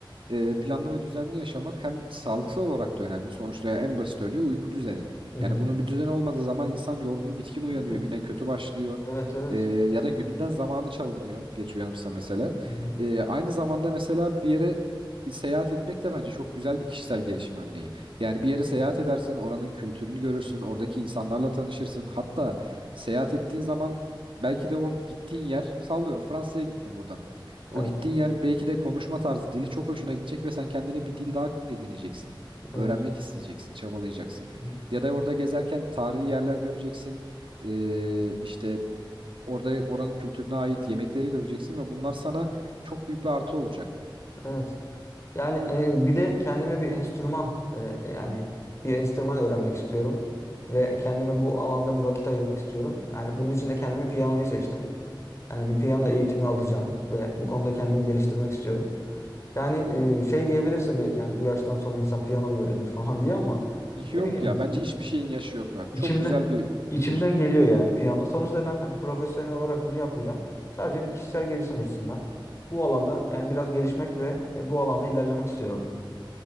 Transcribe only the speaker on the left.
Hı hı.
Hı.
Evet evet.
Hı hı.
Evet.
Evet.
Hı. hı.
Evet. Yani e, bir de kendime bir enstrüman e, e, yani bir enstrüman öğrenmek istiyorum ve kendime bu alanda bir vakit ayırmak istiyorum. Yani bunun için de kendime piyanoyu seçtim. Yani bir piyano eğitimi alacağım ve bu konuda kendimi geliştirmek istiyorum. Yani e, şey diyebilirsin belki yani bu yaştan sonra insan piyano mu öğrenir falan diye ama
ne
bileyim
İçimde
içimden
geliyor yani piyano. Sonuçta ben hani profesyonel olarak bunu yapmayacağım. Sadece bir kişisel gelişim açısından bu alanda yani biraz gelişmek ve e, bu alanda ilerlemek istiyorum.